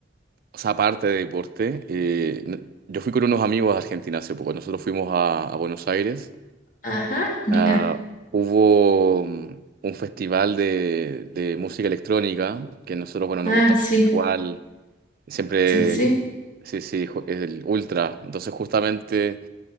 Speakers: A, on the right; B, on the left.
A: o sea, aparte de deporte, eh, yo fui con unos amigos a Argentina hace poco. Nosotros fuimos a a Buenos Aires.
B: Ajá, mira.
A: Ah, hubo mm, un festival de, de música electrónica que nosotros, bueno, nos
B: Ah,
A: gusta mucho
B: sí,
A: igual, siempre,
B: sí, sí.
A: sí, sí, ju- es el ultra. Entonces, justamente,